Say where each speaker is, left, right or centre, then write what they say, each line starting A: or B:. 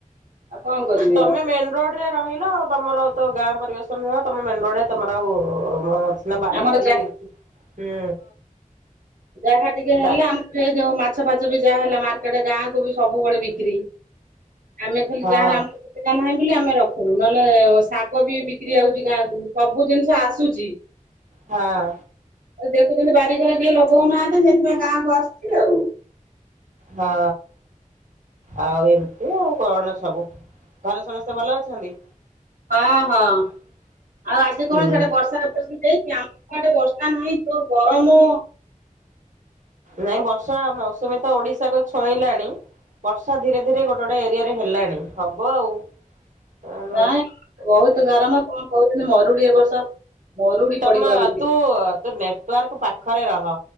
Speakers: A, on the right; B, on the right.
A: ଆଉ କଣ କରିବେ
B: ତମେ
A: ଆଉ
B: ମେନ ରୋଡରେ ରହିଲ ଆ, ତମର ତ ଗାଁ ପରିବେଷଣ ନୁହେଁ, ତମ ମେନ୍ ରୋଡ଼ରେ ତମର ଆଉ ନା ବାରି
A: ଆମର
B: ଫାରି,
A: ଯା
B: ହୁଁ
A: ଜାଗା ଟିକେ ହେଲା
B: ଦାରି
A: ଆମର ଏ ଯୋଉ ମାଛ ଚାଛ ଫାଚ ବି ଯାହାହଲା ମାର୍କେଟ ଗାଁକୁ ବି ସବୁବେଳେ ବିକ୍ରି ଆମେ ଖାଲି
B: ହଁ
A: ଯାହାର, ଆମା ନାହିଁ ଆମେ ରଖୁନୁ, ନହେଲେ ଶାଗ ବି ବିକ୍ରି ଯାଉଛି ଗାଁକୁ, ସବୁ ଜିନିଷ ଆସୁଛି
B: ହଁ
A: ଆ ଦେଖୁଛନ୍ତିଛନ୍ତି ବାରିିକରେ ଟିକଏ ଲଗ <unintelligible> ଲଗାଉଁ ନାହାନ୍ତି, ସେଥିପାଇଁ ଗାଁକୁ ଆସୁଛି ଆଉ
B: ହଁ, ଆଉ ଏମିତି ଆଉ କଣ ସବୁ ଘରେ ସମସ୍ତେ ଭଲ ଅଛନ୍ତି?
A: ହଁ, ହଁ, ଆଉ ଆଜି
B: ହୁଁ
A: କଣ ସେଠେ ବର୍ଷା ହେଇଛି ଆମଆଡେ ବର୍ଷା ପା ନହିଁ ଯୋଉ ଗରମ
B: ନାଇଁ ବର୍ଷା ମୌସୁମୀ ତ ଓଡିଶାକୁ ଛୁଇଁଲାଣି। ବର୍ଷା ଧୀରେ ଧୀରେ ଗୋଟେ ଗୋଟେ ଏରିଆ ରେ ହେଲାଣି, ହବ ଆଉ କଣ
A: ନାଇଁ, ବହୁତ ଗରମ କଣ କହୁଛନ୍ତି ମରୁଡି ଏ ବର୍ଷ ମରୁଡି
B: ତମ,
A: ପଡିବ ବୋଲି
B: ତୁ, ତୁ ନେଟୱାର୍କ ପାଖରେ ରହ।